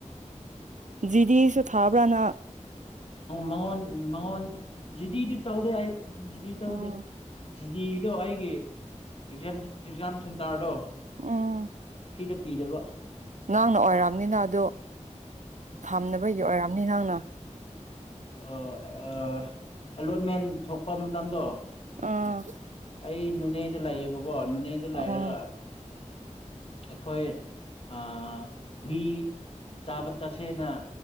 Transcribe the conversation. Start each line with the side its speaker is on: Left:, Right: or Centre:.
Right: ꯖꯤ ꯗꯤꯁꯨ ꯊꯥꯕ꯭ꯔꯥ ꯅꯪ
Left: ꯃꯉꯣꯟ ꯃꯉꯣꯟ ꯖꯤ ꯗꯤꯗꯤ ꯇꯧꯗꯦ ꯑꯩ ꯖꯤ ꯗꯤ ꯇꯧꯗꯦ
Right: ꯑꯥ
Left: ꯖꯤ ꯗꯤꯗꯣ ꯑꯩꯒꯤ ꯑꯦꯛꯖꯝ ꯑꯦꯛꯖꯥꯝ ꯁꯦꯟꯇꯔꯗꯣ
Right: ꯎꯝ
Left: ꯁꯤꯗ ꯄꯤꯗꯕ
Right: ꯅꯪꯅ ꯑꯣꯏꯔꯝꯅꯤꯅ ꯑꯗꯨ ꯐꯥꯝꯅꯕꯒꯤ ꯑꯣꯏꯔꯝꯅꯤ ꯅꯪꯅ
Left: ꯑꯥ ꯑꯥ ꯑꯂꯣꯠꯃꯦꯟ ꯊꯣꯛꯄ ꯃꯇꯝꯗꯣ
Right: ꯑꯥ
Left: ꯑꯩ ꯅꯣꯅꯦꯗ ꯂꯩꯌꯦꯕꯀꯣ ꯅꯣꯅꯦꯗ ꯂꯩꯔꯒ
Right: ꯑꯥ
Left: ꯑꯩꯈꯣꯏ ꯑꯥ ꯍꯨꯏ ꯆꯥꯕ ꯆꯠꯁꯦꯅ